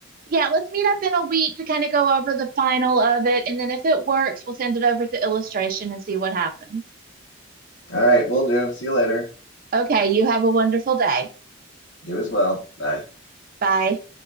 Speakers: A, on the right; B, on the left.
A: Yeah. Let's meet up in a week to kind of go over the final of it. And then if it works, we'll send it over to illustration and see what happens.
B: All right, we'll do. See you later.
A: Okay, you have a wonderful day.
B: You as well. Bye.
A: Bye.